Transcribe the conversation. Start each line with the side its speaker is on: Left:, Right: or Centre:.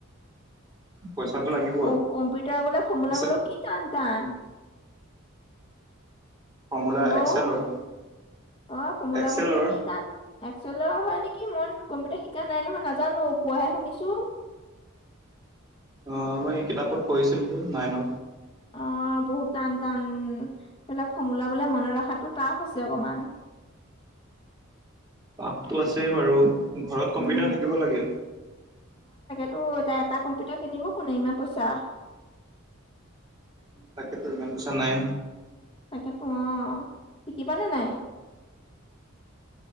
Right: পইচাটো লাগিব
Left: অ' কম্পিউটাৰ বোলে ফৰ্মুলাবোৰো
Right: আছে
Left: কি টান টান।
Right: Formula
Left: hello
Right: এক্সেলৰ?
Left: অ' ফৰ্মুলাবোৰ
Right: এক্সেলৰ
Left: বোলে কি টান এক্সেলৰ হয় নেকি? মইনো কম্পিউটাৰ শিকা নাই নহয় নাজানো। কোৱাহে শুনিছো।
Right: অ' মই এই কিতাপত পঢ়িছিলো যে নাইনৰ।
Left: অ' বহুত টান টান এইবিলাক ফৰ্মুলা বোলে মনত ৰখাতো টাফ আছে অকমান।
Right: <inaudible> পাপটো আছেই বাৰু, ঘৰত কম্পিউটাৰ
Left: উম,
Right: থাকিব লাগে।
Left: ত' এটা-এটা কম্পিউটাৰ কিনিব কোনে? ইমান পইচা।
Right: তাকেতো ইমান পইচা নাই।
Left: তাকে তো অ শিকিবানে নাই?